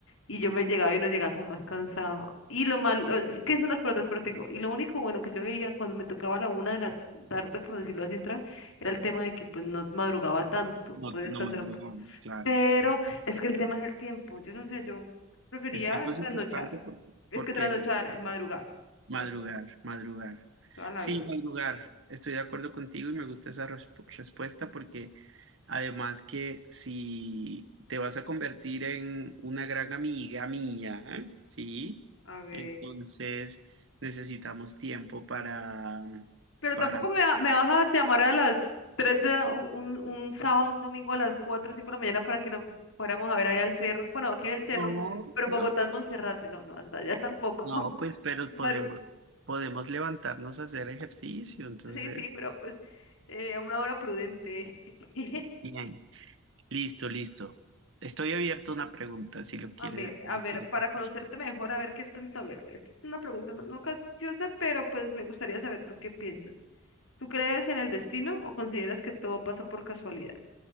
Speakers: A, on the left; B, on the right.
A: y yo me llegaba y no llegaba como más cansado. Y lo malo, es que son las pelotas, pero te digo, y lo único bueno que yo veía cuando me tocaba a la una de la tarde, por decirlo así, entrar, era el tema de que pues no madrugaba tanto,
B: no,
A: podía descansar
B: no madrugamos,
A: un poco.
B: claro.
A: Pero es que el tema es el tiempo, yo no sé, yo prefería
B: El tiempo es
A: trasnochar,
B: importante porque,
A: es
B: porque
A: que trasnochar es madrugar,
B: Madrugar,
A: o-
B: madrugar.
A: toda la
B: Sí,
A: vida.
B: madrugar. Estoy de acuerdo contigo y me gusta esa resp- respuesta porque además que si te vas a convertir en una gran amiga mía, ¿eh? ¿sí?
A: A ver.
B: Entonces necesitamos tiempo para,
A: Pero
B: para...
A: tampoco me, va- me vas a llamar a las 3 de la- un, un- un sábado, un domingo a las 4 o 5 de la mañana para que nos fuéramos a ver ahí al cerro. Bueno, aquí es el cerro,
B: No,
A: pero en
B: no,
A: Bogotá es Monserrate. No, no, hasta allá tampoco.
B: no,
A: <laughs>
B: pues pero
A: Maru-
B: podemos, podemos levantarnos a hacer ejercicio, entonces,
A: Sí, sí, pero pues eh, a una hora prudente. <laughs>
B: bien. Listo, listo. Estoy abierto a una pregunta si lo quieres,
A: A ver, a
B: si lo
A: ver,
B: quieres
A: para
B: escuchar.
A: conocerte mejor, a ver qué tanto. A ver, esta es una pregunta no, no capciosa, pero pues me gustaría saber tú qué piensas. ¿Tú crees en el destino o consideras que todo pasa por casualidad?